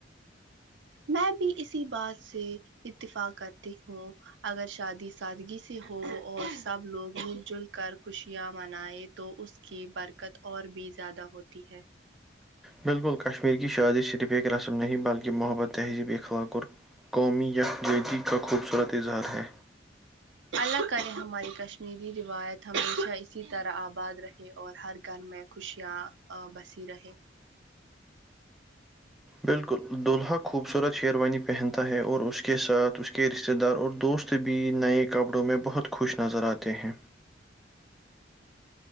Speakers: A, on the right; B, in the centre.
A: میں بھی اسی بات سے اتفاق کرتی ہوں اگر شادی سادگی سے ہو اور سب لوگ مل جھل کر خوشیاں منایے تو اس کی برکت اور بھی زیادہ ہوتی ہے
B: بالکل کشمیر کی شادی صرف ایک رسم نہیں بلکہ محبت تہذیب اخلاق اور قومی یکجہتی کا خوبصورت اظہار ہے
A: اللہ کرے ہماری کشمیری روایت ہمیشہ اسی طرح آباد رہے اور ہر گھر میں خوشیاں بسی رہے
B: بالکل دولہا خوبصورت شیروانی پہنتا ہے اور اس کے ساتھ اس کے رشتے دار اور دوست بھی نئے کپڑوں میں بہت خوش نظر آتے ہیں